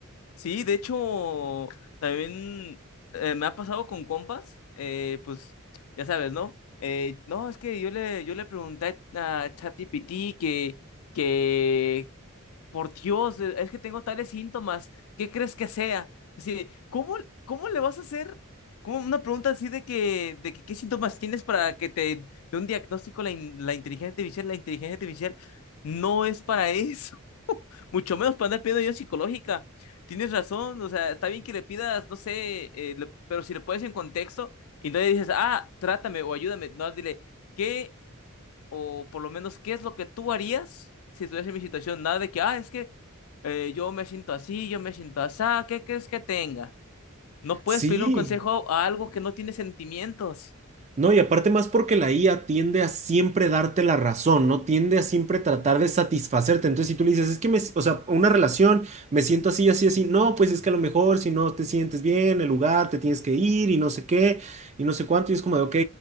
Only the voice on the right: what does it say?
Sí.
No, y aparte más porque la IA tiende a siempre darte la razón, ¿no? Tiende a siempre tratar de satisfacerte. Entonces, si tú le dices, es que me, s- o sea, una relación, me siento así, así, así, no, pues es que a lo mejor si no te sientes bien, el lugar, te tienes que ir y no sé qué, y no sé cuánto, y es como de, ok,